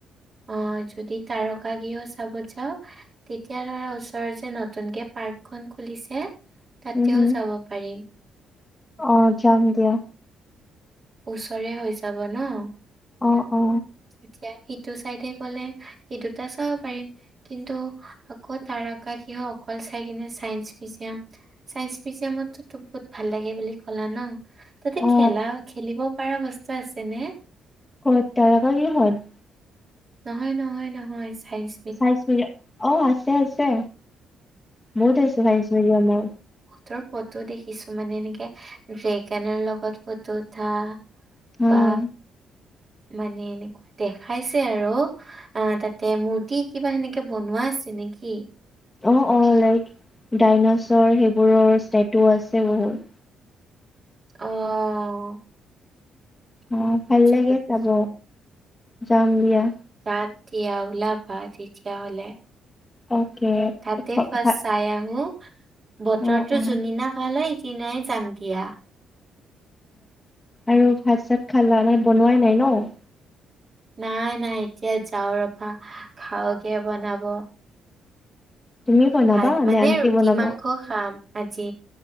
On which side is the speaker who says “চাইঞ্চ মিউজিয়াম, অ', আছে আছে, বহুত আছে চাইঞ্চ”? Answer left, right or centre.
Left